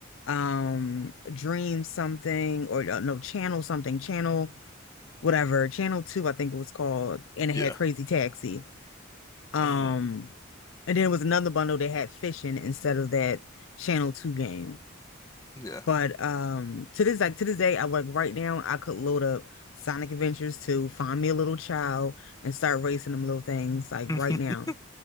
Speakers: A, on the left (about 70°); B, on the left (about 15°).
A: um Dream something or uh, no Channel something Channel whatever Channel 2 I think it was called and
B: Yeah.
A: it had Crazy Taxi um
B: hmm
A: and then it was another bundle that had fishing instead of that Channel 2 game
B: Yeah.
A: but um to this like to this day, I work right now. I could load up Sonic Adventures to find me a little child and start racing them little things like
B: <laughs>
A: right now.